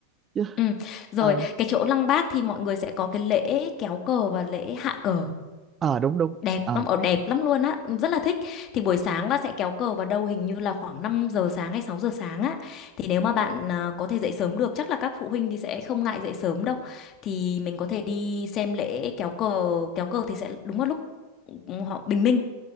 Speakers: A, on the right; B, on the left.
A: Chứ
B: ừ rồi
A: Ờ
B: cái chỗ Lăng Bác thì mọi người sẽ có cái lễ kéo cờ và lễ hạ cờ
A: ờ, đúng đúng
B: đẹp
A: Ờ
B: lắm ở đẹp lắm luôn á rất là thích thì buổi sáng là sẽ kéo cờ vào đâu hình như là khoảng 5 giờ sáng hay 6 giờ sáng á thì nếu mà bạn à, có thể dậy sớm được chắc là các phụ huynh thì sẽ không ngại dậy sớm đâu thì mình có thể đi xem lễ kéo cờ kéo cờ thì sẽ đúng vào lúc ừ, họ bình minh